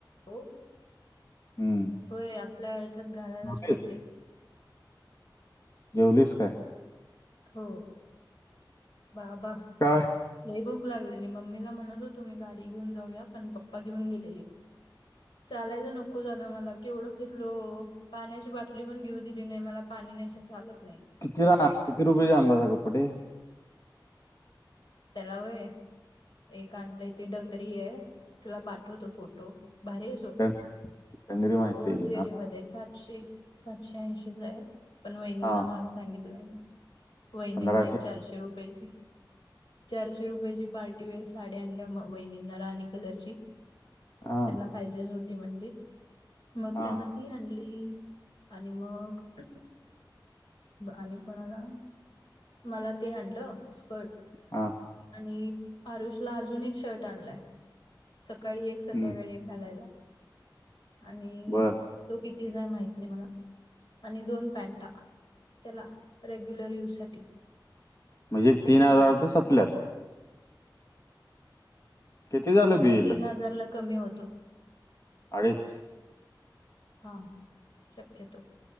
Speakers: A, on the left (about 70°); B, on the left (about 40°).
A: हो.
B: हम्म.
A: होय असल्या ह्याच्यात घालायलाच
B: झालीस?
A: पाहिजे.
B: जेवलीच काय?
A: हो बाबा.
B: काय.
A: लय भूक लागलेली मम्मीला म्हणत होतो मी गाडी घेऊन जाऊया पण पप्पा घेऊन गेले. चालायचं नको झालं मला केवढं फिरलो पाण्याची बाटली पण घेऊ- नाही मला पाणी नाही चालत नाही.
B: किती जन किती रुपये चा आणला कपडे?
A: तेला होय. एक आणलं त डंगरी आहे तुला पाठवतो फोटो भारी अस
B: डं- डंगरी माहिती
A: होजीअरीमध्ये.
B: आहे की हा
A: सातशे सातशे ऐंशीच आहे पण वहिनींना
B: हा
A: महाग सांगितलाय मी- वहिणींना
B: पंधराशे
A: एक चारशे रुपयेची चारशे रुपयाची पार्टीवेअर साडी आणल्या म वहिणींना राणी कलरची
B: हा
A: त्यांना पाहिजेच होती म्हनली मग
B: हा
A: त्यांना ती आणली आणि मग आणि कोणाला मला ते आणलं स्कर्ट
B: हा.
A: आणि आरुष ला अजून एक शर्ट आणलाय. सकाळी एक संध्याकाळी
B: हम्म
A: एक घालायला आणि
B: बर
A: तो किती हाय माहित नाही मला. आणि दोन पेंटा त्याला रेग्युलर यूजसाठी
B: म्हणजे
A: असं
B: तीन
A: घेऊन
B: हजार
A: आलं
B: तर संपल्यात. किती झालं
A: नाही
B: बिल?
A: तीन हजारला कमी होतो.
B: अडीच.
A: हा शक्यतो